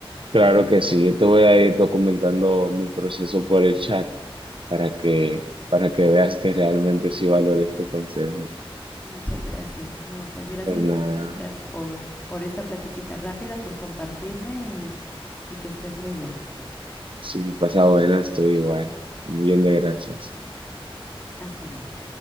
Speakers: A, on the right; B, on the left.
A: Claro que sí, yo te voy a ir documentando mi proceso por el chat para que, para que veas que realmente sí valores tu consejo.
B: Muchas gracias. No, pues gracias
A: Pues nada,
B: eh, ta- por, por esta platiquita rápida, por compartirme y, y que estés muy bien.
A: sí, pasa buena, estoy igual. Un millón de gracias.
B: Hasta luego.